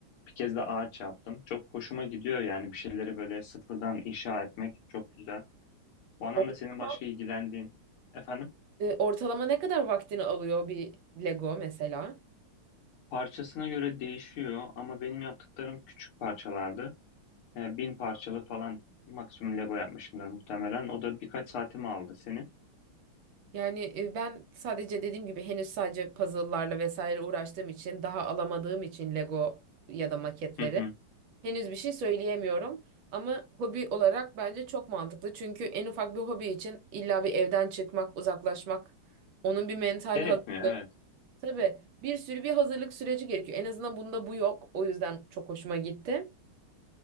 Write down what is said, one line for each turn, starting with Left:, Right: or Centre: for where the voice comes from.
Left: Bir kez de ağaç yaptım. Çok hoşuma gidiyor yani bir şeyleri böyle sıfırdan inşa etmek çok güzel. Bu anlamda
Right: O
Left: senin
Right: zaman
Left: başka ilgilendiğin, efendim,
Right: E, ortalama ne kadar vaktini alıyor bir Lego mesela?
Left: parçasına göre değişiyor ama benim yaptıklarım küçük parçalardı. Yani bin parçalı falan maksimum Lego yapmışımdır muhtemelen. O da birkaç saatimi aldı seni.
Right: Yani e, ben sadece dediğim gibi henüz sadece puzzle'larla vesaire uğraştığım için daha alamadığım için Lego ya da maketleri
Left: Hı hı.
Right: henüz bir şey söyleyemiyorum. Ama hobi olarak bence çok mantıklı. Çünkü en ufak bir hobi için illa bir evden çıkmak, uzaklaşmak, onun bir mental
Left: Gerekmiyor
Right: hazırlığı
Left: evet.
Right: Tabii bir sürü bir hazırlık süreci gerekiyor. En azından bunda bu yok. O yüzden çok hoşuma gitti.